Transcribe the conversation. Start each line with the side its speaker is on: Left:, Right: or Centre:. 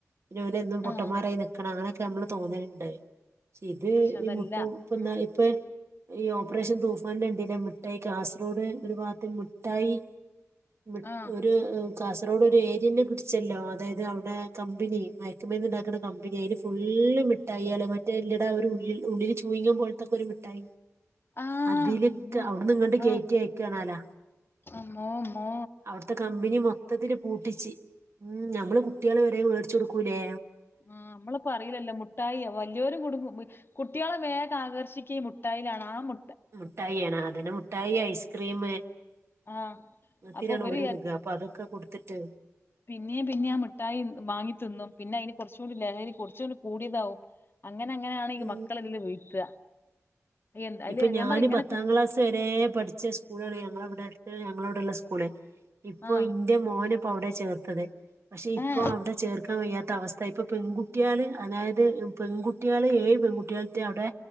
Right: പിന്നെ ഓരെന്നും പൊട്ടമ്മാരായി
Left: ആ
Right: നിക്കണ അങ്ങനൊക്കെ നമ്മള് തോന്നൽണ്ട്. ഇത്
Left: പക്ഷെ അതല്ല
Right: ഈ മുട്ട ഇപ്പന്ന
Left: ഉം
Right: ഇപ്പൊ ഈ ഓപ്പറേഷൻ കണ്ടിലെ മിഠായി കാസർഗോഡ് ഒരു ഭാഗത്ത് മിഠായി മി
Left: ആ
Right: ഉം ഉം കാസർഗോഡ് ഒരു ഏരിയെന്നെ പുടിച്ചല്ലോ, അതായത് അവിടെ കമ്പനി മയക്ക് മരുന്നുണ്ടാക്കുന്ന കമ്പനി ഫുള്ള് മിഠായി ഏൾ, മറ്റേ എല്ലടാ, ഒരു ഉള്ള ഉള്ളില് ചൂയിങ്ങ പോലത്തൊക്കെ ഒരു മിഠായി
Left: ആ
Right: അതിലൊക്കെ
Left: ഇമ്മോ
Right: അവിടുന്ന്ങ്ങട്ട്
Left: ആ
Right: കേറ്റി അയക്കാണോലാ
Left: അമ്മോ, അമ്മോ
Right: അവിടുത്തെ കമ്പനി മൊത്തത്തില് പൂട്ടിച്ച്, ഉം നമ്മള് കുട്ടികള് വരെ വേ ടിച്ചു കൊടുക്കൂലേ.
Left: ആഹ് നമ്മളിപ്പോ അറയൂല്ലല്ലോ നമ്മ മുട്ടായി വല്യോരു കുടുങ്ങും കുട്ടികളെ വേഗ ആകർഷിക്കുക ഈ മുട്ടായിലാണ് ആ മു
Right: മുട്ടായി ആണ്, അതിന് മുഠായി ഐസ്ക്രീം അങ്ങനെതിലാണ്
Left: ആ അപ്പൊ ഇവര്
Right: ഓൽ വിക അപ്പൊ അതൊക്കെ കൊടുത്തിട്ട്
Left: പിന്നിം പിന്നീം ആ മിഠായി മാങ്ങി തിന്നും പിന്നെ അതിന് കുറച്ചുകൂടി ലഹരി കുറച്ചുകൂടി കൂടിയതാവും അങ്ങനെ അങ്ങനെയാണ് ഈ
Right: ഉം
Left: മക്കള ഇതില് വീഴ്ത്തുക എന്ത അല്ലെ
Right: ഇപ്പൊ ഞാന്
Left: ഞാൻ പറ ഇങ്ങനൊക്കെ
Right: പത്താം ക്ലാസ് വരേ പഠിച്ച സ്കൂളാണ് ഞങ്ങള ഇവിടെ അടുത്ത് ഞങ്ങള ഇവിടെള്ള സ്കൂള് ഇപ്പൊ
Left: ആഹ്
Right: ഇന്റെ മോന ഇപ്പോ അവിടെ ചേർത്തത് പക്ഷെ ഇപ്പൊ
Left: ഏഹ്
Right: അവിടെ ചേർക്കാൻ വയ്യാത്ത അവസ്ഥായി, ഇപ്പൊ പെൺകുട്ടിയള് അതായത് പെൺകു കുട്ടികള് ഏഴ് പെൺകട്ടികളറ്റെ അവിടെ